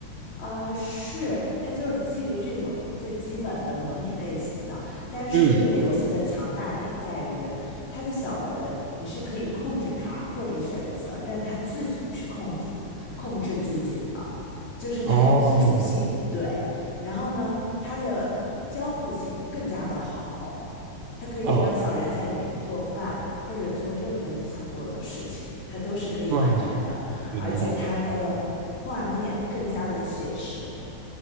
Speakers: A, on the left; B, on the right.
A: 呃，是，它就是基于这种最基本的模拟类型的，但是这个游戏的强大点在于，
B: 嗯，
A: 它的小人你是可以控制他，或者选择让他自己去控制控制自己的，就是它有自主性，
B: 哦，
A: 对。然后呢，它的交互性更加的好，它可以让小人在里面做饭，
B: 哦，
A: 或者做任何你想做的事情，它都是可以完成的。
B: 嗯，明白了。
A: 而且它的画面更加的写实，